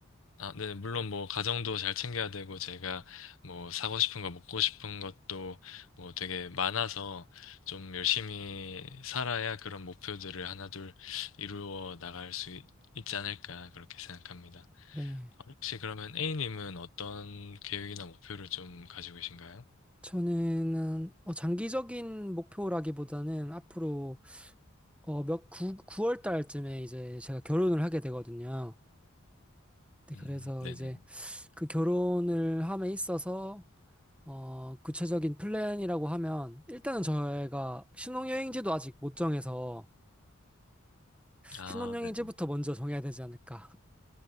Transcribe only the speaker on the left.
아, 네, 물론 뭐 가정도 잘 챙겨야 되고 제가 뭐 사고 싶은 거 먹고 싶은 것도 뭐 되게 많아서 좀 열심히 살아야 그런 목표들을 하나둘 이루어 나갈 수 있, 지 않을까 그렇게 생각합니다.
아, 혹시 그러면 A님은 어떤 계획이나 목표를 좀 가지고 계신가요?
음,
네네.
아,
네.